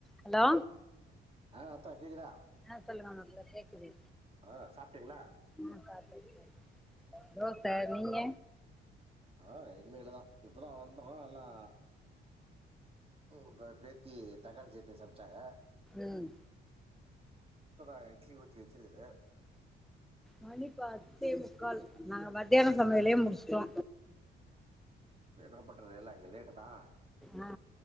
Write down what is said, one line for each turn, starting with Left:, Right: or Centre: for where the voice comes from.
Centre: அலோ
Right: ஆ அத்தா கேக்குதா
Centre: ஆ சொல்லங்க மாப்ள கேக்குது
Right: ஆ சாப்ட்டீங்களா
Centre: ஆ சாப்டாச்சு சாப்டாச் தோச நீங்க
Right: ஆ இனிமேலதா இப்பதா வந்தோமா எல்லா உங்க பேத்தி தக்காளி சட்னி சம் ச்சாங்க
Centre: ம்
Right: இப்பதா இட்லி ஊத்தி வெச்சிருகுது
Centre: மணி பத்தே முக்கால் நாங்க மத்யான சமையலே முடிஸ்ட்டோ
Right: என்னா பண்றது எல்லா இங்க லேட்டுதா
Centre: ஆ